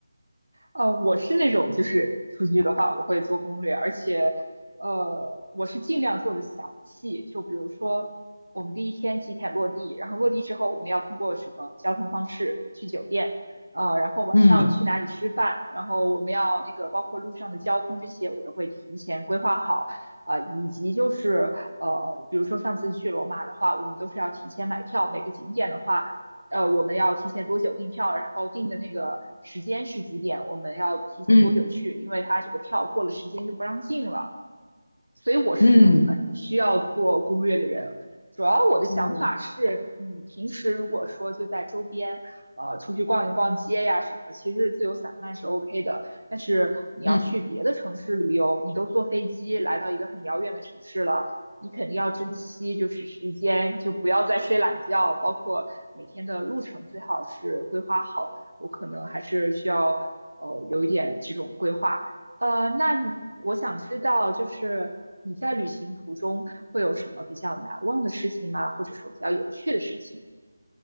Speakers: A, on the right; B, on the left.
A: 呃，我是那种就是出去的话，我会做攻略，而且呃，我是尽量做的详细。就比如说，我们第一天几点落地，然后落地之后我们要通过什么交通方式去酒店，呃，然后晚上去哪里吃饭，
B: 嗯
A: 然后我们要那个包括路上的交通这些，我都会提前规划好。啊、以及就是呃，比如说上次去罗马的话，我们都是要提前买票，每个景点的话。呃，我们要提前多久订票，然后订的那个时间是几点，我们要提前多久去，
B: 嗯
A: 因为他这个票过了时间就不让进了。所以我是那种很需要做攻略的人。
B: 嗯
A: 主要我的想法是，
B: 嗯
A: 你平时如果说就在周边，呃，出去逛一逛街呀什么，其实自由散漫是 OK 的。但是你要去别的城市旅游，
B: 嗯。
A: 你都坐飞机来到一个很遥远的城市了，你肯定要珍惜就是时间，就不要再睡懒觉，包括每天的路程最好是规划好。我可能还是需要呃有一点这种规划。呃，那你我想知道，就是你在旅行途中会有什么比较难忘的事情吗？或者说比较有趣的事情？